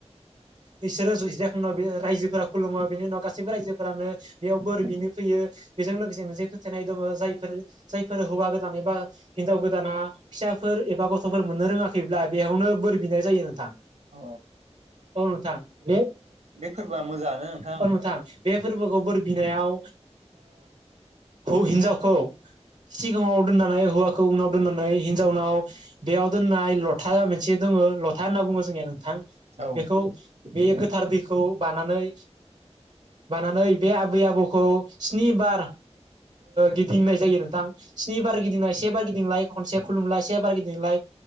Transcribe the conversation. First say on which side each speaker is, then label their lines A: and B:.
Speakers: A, on the right; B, on the right.
A: बिसोरो जिरायखां रायजोफोरा खुलुमो बेनि उनाव गासैबो रायजोफोरानो बोर बिनो फैयो बेजों लोगोसे मोनसे फोथायनाय दङ जायफोर जायफोर हौवा गोदान एबा हिनजाव गोदाना फिसाफोर एबा गथ'फोर मोननो रोङाखैब्ला बेयावनो बोर बिनाय जायो नोंथां
B: औ
A: औ नोंथां बे
B: फोरबोया मोजाङानो नोंथां।
A: औ बे फोरबोखौ बिनायाव ओ हिनजावखौ सिगाङाव दोननानै हौवाखौ उनाव दोननानै हिनजावनाव बेयाव दोननाय लथा मोनसे दङ लथा होनना बुङो जोंनिया नोंथां
B: औ
A: बेखौ बे गोथार दै खौ बानानै बानानै बे <unintelligible> आबै आबौखौ स्नि बार गिदिंनाय जायो नोंथां स्नि बार गिदिंलनाय से बार गिदिंलाय खनसे खुलुमलाय से बार गिदिंलाय